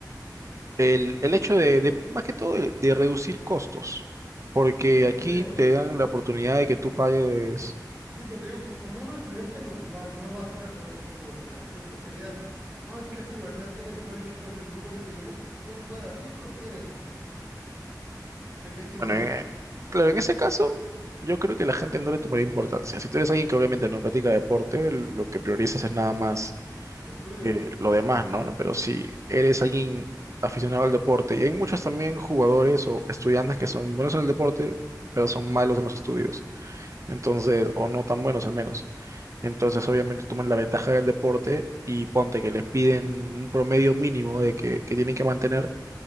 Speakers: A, on the right (about 15°); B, on the right (about 45°).
A: o
B: El,
A: no sé,
B: el hecho de, de, más que todo, de de reducir costos, porque
A: Sí, pero
B: aquí
A: te digo,
B: te dan la oportunidad de que tú pagues
A: sí, pero te digo, co- como un estudiante normal, no vas a ir a jugar fútbol, o sea, tú escogerías, no, es que esta universidad tiene el mejor equipo de fútbol y te digan, no, pues tú ni juegas, sí, pero lo tienen, ¿de qué sirve,
B: Bueno,
A: pues?
B: en- eh, claro, en ese caso, yo creo que la gente no le tomaría importancia. Si tú eres alguien que obviamente no practica deporte, lo que priorizas es nada más
A: Tu estudio,
B: eh,
A: pues,
B: lo demás, ¿no? ¿no? Pero si eres alguien aficionado al deporte, y hay muchos también jugadores o estudiantes que son buenos en el deporte, pero son malos en los estudios, entonces, o no tan buenos al menos. Entonces, obviamente, toman la ventaja del deporte y ponte que les piden un promedio mínimo de que, que tienen que mantener